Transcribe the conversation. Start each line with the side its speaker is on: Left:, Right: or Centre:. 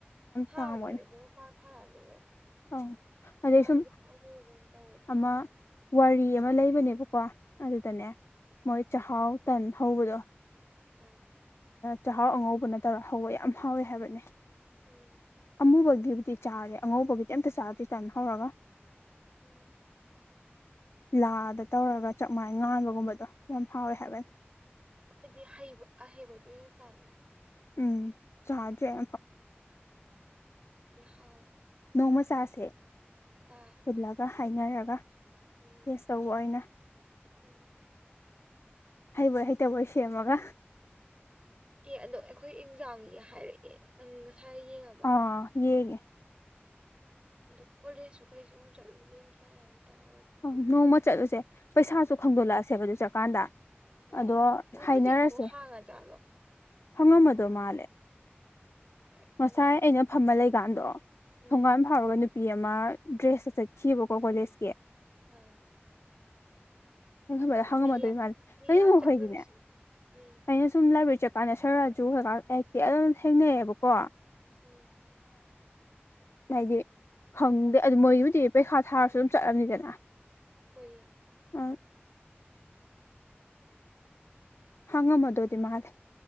Right: ꯊꯥꯕꯗꯨ
Left: ꯇꯥꯡꯕ
Right: ꯑꯗꯨꯅ ꯄꯥꯛ ꯊꯥꯅꯗꯦꯗꯅ
Left: ꯑꯧ
Right: ꯑꯉꯥꯡ
Left: ꯑꯗꯩ ꯁꯨꯝ
Right: ꯑ ꯍꯣ ꯎ ꯇ ꯍꯣꯗꯨꯅꯤꯅ
Left: ꯑꯃ
Right: ꯆ
Left: ꯋꯥꯔꯤ ꯑꯃ ꯂꯩꯕꯅꯦꯕꯀꯣ ꯑꯗꯨꯗꯅꯦ ꯃꯣꯏ ꯆꯥꯛꯍꯥꯎ ꯇꯟ ꯍꯧꯕꯗꯣ
Right: ꯎꯝ
Left: ꯆꯥꯛꯍꯥꯎ ꯑꯉꯧꯕꯅ ꯇꯧꯔ ꯍꯧꯕ ꯌꯥꯝ ꯍꯥꯎꯋꯦ ꯍꯥꯏꯕꯅꯦ
Right: ꯎꯝ
Left: ꯑꯃꯨꯕꯒꯤꯕꯨꯗꯤ ꯆꯥꯔꯦ ꯑꯉꯧꯕꯒꯤꯗꯤ ꯑꯝꯇ ꯆꯥꯔ꯭ꯗꯤ ꯇꯥꯟ ꯍꯧꯔꯒ
Right: ꯎꯝ
Left: ꯂꯥꯗ ꯇꯧꯔꯒ ꯆꯥꯛꯃꯥꯏꯗ ꯉꯥꯟꯕꯒꯨꯝꯕꯗꯣ ꯌꯥꯝ ꯍꯥꯎꯋꯦ ꯍꯥꯏꯕꯅꯤ
Right: ꯍꯥꯏꯗꯤ ꯍꯩꯕ ꯑꯍꯩꯕꯗ ꯑꯣꯏꯅ ꯆꯥꯅꯤꯡꯌꯦ
Left: ꯎꯝ ꯆꯥꯗ꯭ꯔꯦ ꯑꯝꯐꯥꯎ
Right: ꯍꯥꯎ
Left: ꯅꯣꯡꯃ ꯆꯥꯥꯁꯦ
Right: ꯆꯥꯁꯦ
Left: ꯄꯨꯜꯂꯒ ꯍꯥꯏꯅꯔꯒ
Right: ꯎꯝ
Left: ꯇꯦꯁ ꯇꯧꯕ ꯑꯣꯢꯅ
Right: ꯍꯣꯏ
Left: ꯍꯩꯕꯣꯏ ꯍꯩꯇꯕꯣꯏ ꯁꯦꯝꯃꯒ
Right: ꯑꯦ ꯑꯗꯣ ꯑꯩꯈꯣꯏ ꯑꯦꯟꯖꯥꯡꯒꯤ ꯍꯥꯏꯔꯛꯑꯦ ꯅꯪ ꯉꯁꯥꯏ ꯌꯦꯡꯉ
Left: ꯑꯥ ꯌꯦꯡꯒ
Right: ꯑꯗꯨ ꯀꯣꯂꯦꯖꯁꯨ ꯀꯩꯁꯨ ꯑꯃꯨꯛ ꯆꯠꯂꯨꯗꯦ ꯀꯌꯥꯨ ꯇꯥꯔ
Left: ꯑ ꯅꯣꯡꯃ ꯆꯠꯂꯨꯁꯦ ꯄꯩꯁꯥꯁꯨ ꯈꯪꯗꯣꯛꯂꯛꯑꯁꯦꯕ ꯑꯗꯨ ꯆꯠꯀꯥꯟꯗ
Right: ꯍꯣꯏ
Left: ꯑꯗꯣ
Right: ꯑꯗꯣ
Left: ꯍꯥꯏꯅꯔꯁꯦ
Right: ꯍꯧꯖꯤꯛꯄꯨ ꯍꯥꯡꯉꯖꯥꯠꯂꯣ
Left: ꯍꯪꯉꯝꯃꯗꯣ ꯃꯥꯜꯂꯦ
Right: ꯍꯣꯏ
Left: ꯉꯁꯥꯏ
Right: ꯑꯃꯨꯛꯁꯨ
Left: ꯑꯩꯅ ꯐꯃ ꯂꯩꯀꯥꯟꯗꯣ
Right: ꯎꯝ
Left: ꯊꯣꯡꯒꯥꯟ ꯐꯥꯎꯔꯒ ꯅꯨꯄꯤ ꯑꯃ ꯗ꯭ꯔꯦꯁꯇ ꯆꯠꯈꯤꯕꯀꯣ ꯀꯣꯂꯦꯖꯀꯤ
Right: ꯑꯥ
Left: ꯈꯕꯗ
Right: ꯃꯤ
Left: ꯍꯪꯉꯝꯃꯗꯣꯏ ꯃꯥ
Right: ꯃꯤ
Left: ꯀꯩꯅꯈꯣꯏꯒꯤꯅꯦ
Right: ꯌꯥꯝ ꯆꯠꯅꯕꯁꯨ ꯎꯝ
Left: ꯑꯩꯅ ꯁꯨꯝ ꯂꯥꯏꯕ ꯆ ꯀꯥꯏꯅ ꯁꯔꯥꯖꯨ ꯍꯧꯀꯥꯟ ꯍꯦꯛꯇꯤ ꯑꯗꯨꯝ ꯊꯦꯡꯅꯩꯑꯕꯀꯣ
Right: ꯎꯝ
Left: ꯍꯥꯏꯗꯤ ꯈꯪꯗꯦ ꯑꯗꯨ ꯃꯣꯏꯒꯤꯕꯨꯖꯤ ꯄꯩꯈꯥ ꯊꯥꯔꯁꯨ ꯑꯗꯨꯝ ꯆꯠꯂꯅꯤꯗꯅ
Right: ꯍꯣꯏꯌꯦ
Left: ꯑ ꯍꯪꯉ ꯃ ꯑꯗꯨꯗꯤ ꯃꯥꯂꯦ